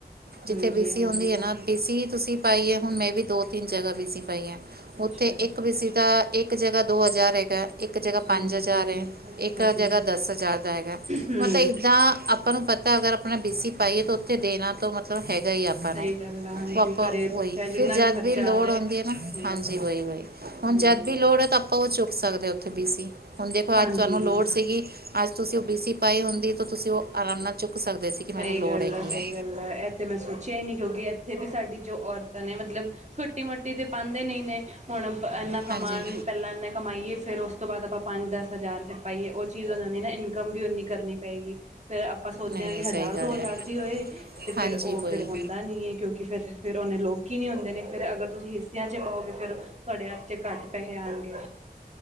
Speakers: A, on the right; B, on the right.
A: ਜਿੱਥੇ
B: ਹਾਂਜੀ
A: ਬੀਸੀ
B: ਹਾਂਜੀ
A: ਹੁੰਦੀ ਹੈ ਨਾ, ਬੀਸੀ ਤੁਸੀਂ ਪਾਈ ਏ ਹੁਣ ਮੈਂ ਵੀ ਦੋ- ਤਿੰਨ ਜਗ੍ਹਾ ਬੀਸੀ ਪਾਈਆ
B: ਅੱਛਾ
A: ਉੱਥੇ
B: ਅੱਛਾ
A: ਇੱਕ ਬੀ ਸੀ ਦਾ, ਇੱਕ ਜਗ੍ਹਾ ਦੋ ਹਜ਼ਾਰ ਹੈਗਾ। ਇੱਕ ਜਗ੍ਹਾ,
B: ਹਾਂਜੀ
A: ਪੰਜ ਹਜ਼ਾਰ ਹੈ,
B: ਅੱਛਾ
A: ਇੱਕ
B: ਜੀ
A: ਜਗ੍ਹਾ ਦਸ ਹਜ਼ਾਰ ਦਾ ਹੈਗਾ,
B: ਹਮ
A: ਹੁਣ ਤਾਂ ਇੱਦਾਂ ਆ ਆਪਾਂ ਨੂੰ ਪਤਾ ਅਗਰ ਆਪਣਾ ਬੀਸੀ ਪਾਈਏ ਤਾਂ, ਉੱਥੇ ਦੇਣਾ ਤਾਂ, ਮਤਲਬ ਹੈਗਾ ਹੀ ਆਪਾਂ
B: ਸਹੀ
A: ਨੂੰ
B: ਗੱਲ ਆ ਹਾਂਜੀ
A: ਹੁਣ
B: ਘਰੇ ਚਾਹੇ ਜਿੰਨਾ
A: ਜਦ
B: ਖ਼ਰਚਾ
A: ਵੀ ਲੋੜ
B: ਆ ਜਾਏ
A: ਆਉਂਦੀ ਹੈ ਨਾ
B: ਹਮ
A: ਹਾਂਜੀ ਵਹੀ- ਵਹੀ ਹੁਣ
B: ਹਾਂਜੀ
A: ਜਦ ਵੀ ਲੋੜ ਹੈ ਤਾਂ ਉਹ ਚੁੱਕ ਸਕਦੇ ਉੱਥੇ ਬੀ ਸੀ, ਹੁੰਣ ਦੇਖੋ
B: ਹਾਂਜੀ
A: ਅਜ, ਤੁਹਾਨੂੰ ਲੋੜ ਸੀਗੀ ਅੱਜ, ਤੁਸੀਂ ਉਹ ਬੀ ਸੀ ਪਾਈ ਹੁੰਦੀ ਤਾਂ, ਤੁਸੀਂ ਉਹ ਆਰਾਮ ਨਾਲ ਚੁੱਕ ਸਕਦੇ ਸੀ। ਕਿ ਮੈਨੂੰ
B: ਸਹੀ
A: ਲੋੜ
B: ਗੱਲ
A: ਹੈਗੀ
B: ਐ -ਸਹੀ
A: ਹੈ
B: ਗੱਲ ਐ। ਤੇ ਮੈਂ ਸੋਚਿਆ ਹੀ ਨਹੀਂ ਕਿਉਂਕਿ, ਇੱਥੇ ਵੀ ਸਾਡੀ ਜੋ ਔਰਤਾਂ ਨੇ ਮਤਲਬ ਛੋਟੀ ਮੋਟੀ ਕਿਟੀ ਤੇ ਪਾਉਂਦੇ ਨਹੀਂ ਨੇ, ਹੁਣ ਇੰਨਾ ਕਮਾਉਣ
A: ਹਾਂਜੀ
B: ਪਹਿਲਾਂ ਇਨਾ ਕਮਾਈਏ, ਫਿਰ ਉਸ ਤੋਂ ਬਾਅਦ ਆਪਾਂ, ਪੰਜ -ਦਸ ਹਜ਼ਾਰ ਫਿਰ ਪਾਈਏ ਉਹ ਚੀਜ਼ ਹੋ ਜਾਂਦੀ ਨਾ, ਇਨਕਮ ਵੀ ਓਨੀ ਕਰਨੀ ਪਏਗੀ, ਫੇਰ ਆਪਾਂ ਸੋਚਦੇ
A: ਨਹੀਂ,
B: ਹਾਂ ਕਿ
A: ਸਹੀ
B: ਹ
A: ਗੱਲ
B: ਦੋ ਹਜਾਰ
A: ਹੈ।
B: ਦੀ ਹੋਏ ਤੇ, ਫੇਿਰ
A: ਹਾਂਜੀ,
B: ਉਹ
A: ਵਹੀ।
B: ਫਿਰ ਹੁੰਦਾ ਨਈ ਹੈ ਕਿਉਂਕਿ, ਫਿਰ- ਫਿਰ ਉਹਨੇ ਲੋਕੀ ਨੀ ਹੁੰਦੇ ਜਨੇ ਫਿਰ ਅਗਰ ਤੁਸੀਂ ਹਿੱਸਿਆਂ ਚ ਪਾਓਗੇ, ਫਿਰ ਤੁਹਾਡੇ ਹਥ ਚ ਘੱਟ ਪੈਸੇ ਆਣਗੇ